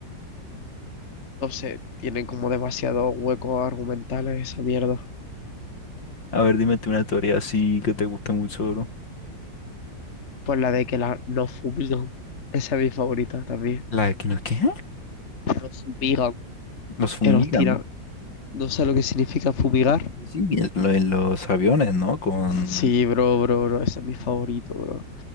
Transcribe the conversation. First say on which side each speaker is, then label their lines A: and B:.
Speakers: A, on the left; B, on the left.
A: No sé, tienen como demasiados huecos argumentales esa mierda.
B: A ver, dime tú una teoría así que te guste mucho, bro.
A: Pues la de que la, nos fumigan. Esa es mi favorita también.
B: La de que no, ¿qué?
A: Que nos fumigan,
B: Los fumigan.
A: que nos tiran. No sé lo que significa fumigar.
B: Sí, sí, el- lo de los aviones, ¿no? Con...
A: Sí, bro, bro, bro. Ese es mi favorito, bro.